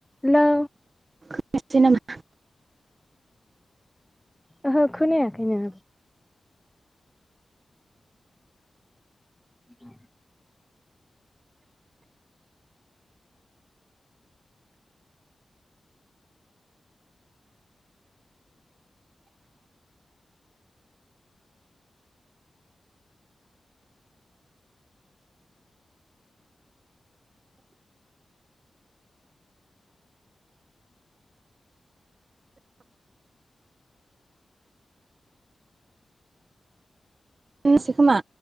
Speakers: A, in the centre; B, on the right.
A: Hello
B: खोनायासै नामा?
A: ओहो खोनयाखैनो। <inaudible>
B: दोननोसै खोमा?